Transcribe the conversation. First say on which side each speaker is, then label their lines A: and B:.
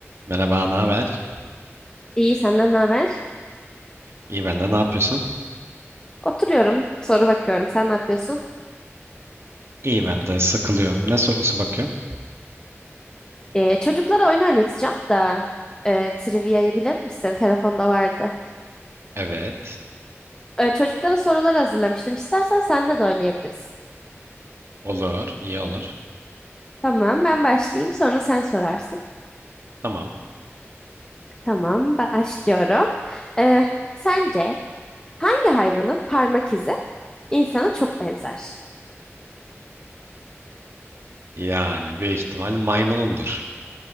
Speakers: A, on the right; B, on the left.
A: Merhaba, ne haber?
B: İyi senden ne haber?
A: İyi ben de ne yapıyorsun?
B: Oturuyorum, soru bakıyorum. Sen ne yapıyorsun?
A: İyi ben de sıkılıyorum. Ne sorusu bakıyorsun?
B: Ee, çocuklara oyun oynatacağım da e, trivia'yı bilir misin? Telefonda vardı.
A: Evet.
B: Ee, çocuklara sorular hazırlamıştım. İstersen seninle de oynayabiliriz.
A: Olur, iyi olur.
B: Tamam, ben başlayayım. Sonra sen sorarsın.
A: Tamam.
B: Tamam, başlıyorum. Ee, sence hangi hayvanın parmak izi insana çok benzer?
A: Yani büyük ihtimal maymunundur.